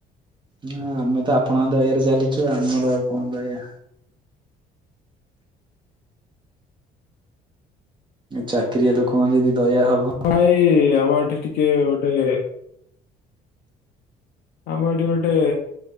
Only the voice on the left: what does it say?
ଭାଇ ଆମ ଏଠି ଟିକେ ଗୋଟେ ଆମ ଏଠି ଗୋଟେ